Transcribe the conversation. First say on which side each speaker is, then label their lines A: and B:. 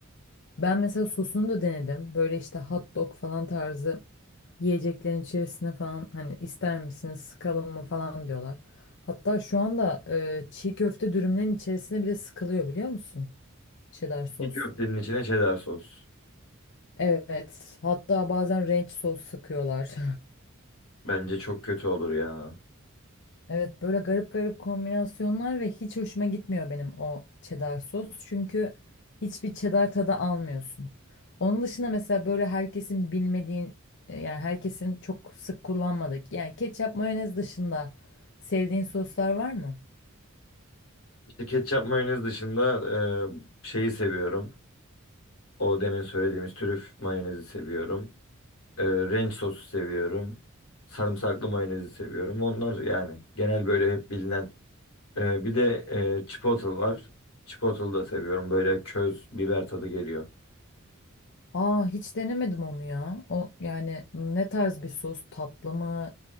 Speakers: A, on the left; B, on the left.
A: Ben mesela sosunu da denedim. Böyle işte hot dog falan tarzı yiyeceklerin içerisine falan hani ister misiniz sıkalım mı falan diyorlar. Hatta şu anda e, çiğ köfte dürümlerin içerisine bile sıkılıyor biliyor musun? Cheddar sos.
B: Bir köftenin içine cheddar sos.
A: Evet. Hatta bazen ranch sos sıkıyorlar.
B: Bence çok kötü olur ya.
A: Evet böyle garip garip kombinasyonlar ve hiç hoşuma gitmiyor benim o cheddar sos. Çünkü hiçbir cheddar tadı almıyorsun. Onun dışında mesela böyle herkesin bilmediği e, yani herkesin çok sık kullanmadık. Yani ketçap mayonez dışında sevdiğin soslar var mı?
B: İşte ketçap mayonez dışında e, şeyi seviyorum. O demin söylediğimiz trüf mayonezi seviyorum. E, ranch sosu seviyorum. Sarımsaklı mayonezi seviyorum. Onlar yani genel böyle hep bilinen. E, bir de e, chipotle var. Chipotle da seviyorum. Böyle köz biber tadı geliyor.
A: Aa hiç denemedim onu ya. O yani ne tarz bir sos? Tatlı mı?